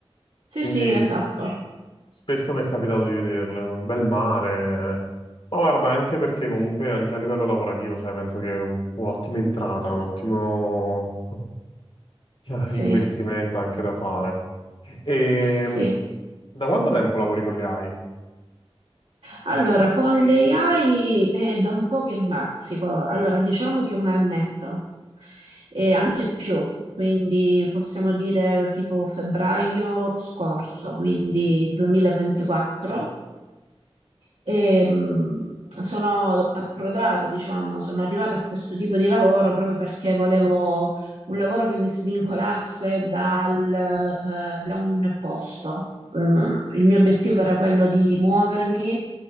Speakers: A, on the right (about 75°); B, on the left (about 55°).
A: sì,
B: Quindi
A: sì, esatto.
B: s- spesso mi è capitato di vederle, un bel mare. eh. Ma guarda, anche perché comunque anche a livello lavorativo, cioè, penso che è un- un'ottima entrata, un ottimo eh,
A: Sì,
B: investimento anche da fare. E
A: sì.
B: da quanto tempo lavori con le AI?
A: Allora, con le AI è da un po' che bazzico. Allora, diciamo che un annetto e anche più. Quindi possiamo dire tipo febbraio scorso, quindi 2024. E, mh, sono approdato, diciamo, sono arrivata a questo tipo di lavoro proprio perché volevo un lavoro che mi svincolasse dal, eh, da un posto. Eh, il mio obiettivo era quello di muovermi